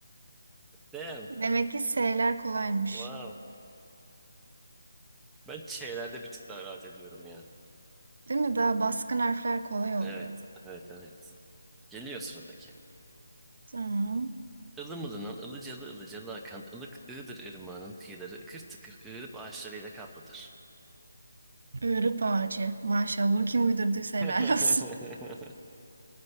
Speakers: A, in the centre; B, on the right.
A: damn.
B: Demek ki S'ler kolaymış.
A: Wow. Ben şeylerde bir tık daha rahat ediyorum ya.
B: Değil mi? Daha baskın harfler kolay oluyor.
A: Evet, evet, evet. Geliyor sıradaki.
B: Tamam.
A: Ilımılınan, ılıcalı ılıcalı akan ılık Iğdır ırmağının kıyıları ıkır tıkır ığırıp ağaçlarıyla kaplıdır.
B: Iğrıp ağacı. Maşallah bunu kim uydurduysa helal
A: <laughs>
B: olsun. <laughs>